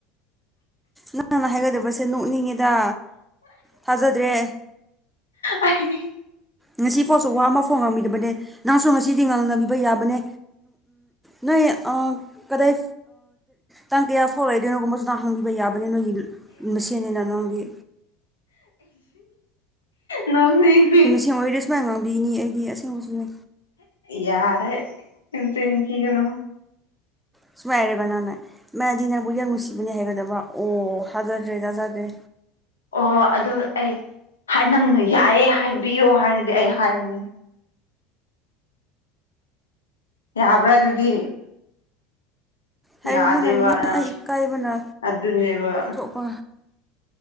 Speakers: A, in the centre; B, on the left.
A: ꯅꯪ ꯅꯪ ꯍꯥꯏꯒꯗꯕꯁꯦ ꯅꯣꯛꯅꯤꯡꯉꯦꯗ ꯊꯥꯖꯗ꯭ꯔꯦ
B: ꯑꯛ <inaudible>
A: ꯉꯁꯤ ꯐꯥꯎꯁꯨ ꯋꯥ ꯑꯃꯐꯥꯎ ꯉꯥꯡꯕꯤꯗꯕꯅꯦ ꯅꯪꯁꯨ ꯉꯁꯤꯗꯤ ꯉꯥꯡꯅꯕꯤꯕ ꯌꯥꯕꯅꯦ ꯅꯣꯏ ꯀꯗꯥꯏ ꯇꯥꯡ ꯀꯌꯥ ꯐꯥꯎꯔꯛꯏꯗꯣꯏꯅꯣꯒꯨꯝꯕꯁꯨꯗ ꯍꯪꯕꯤꯕ ꯌꯥꯕꯅꯤ ꯅꯣꯏꯒꯤ ꯃꯁꯦꯟꯅꯤꯅ ꯅꯪꯒꯤ
B: ꯅꯈꯅꯤ <inaudible>
A: ꯑꯦꯡ ꯑꯣꯏꯔꯦ ꯁꯨꯃꯥꯏꯅ ꯉꯥꯡꯕꯤꯅꯤ ꯑꯩꯗꯤ ꯑꯁꯦꯡꯕꯁꯨꯅꯦ
B: ꯌꯥꯔꯦ ꯅꯆꯤꯟ ꯊꯤꯒꯅꯨ
A: ꯁꯨꯃꯥꯏ ꯍꯥꯏꯔꯒ ꯅꯪꯅꯦ ꯃꯥꯗꯤ ꯅꯪꯕꯨ ꯌꯥꯝ ꯅꯨꯡꯁꯤꯕꯅꯦ ꯍꯥꯏꯒꯗꯕ ꯑꯣ ꯊꯥꯖꯗ꯭ꯔꯦ ꯇꯥꯖꯗ꯭ꯔꯦ
B: ꯑꯣ ꯑꯗꯨ ꯑꯩ ꯅꯪꯅ ꯌꯥꯏꯌꯦꯦ ꯍꯥꯏꯕꯤꯌꯣ ꯍꯥꯏꯔꯗꯤ ꯑꯩ ꯍꯥꯏꯔꯅꯤ ꯌꯥꯕ꯭ꯔꯥ ꯑꯗꯨꯗꯤ
A: ꯍꯥꯏꯔꯨꯅꯨ
B: ꯌꯥꯗꯦꯕ
A: ꯍꯥꯏꯔꯨꯅꯨ
B: ꯅꯪ
A: ꯑꯩ ꯏꯀꯥꯏꯕꯅ
B: ꯑꯗꯨꯅꯦꯕ
A: ꯊꯣꯛꯄ